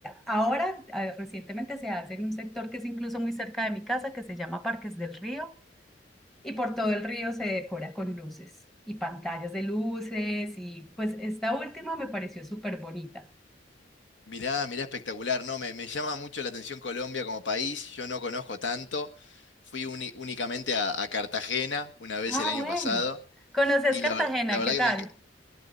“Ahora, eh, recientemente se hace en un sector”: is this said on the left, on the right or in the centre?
Centre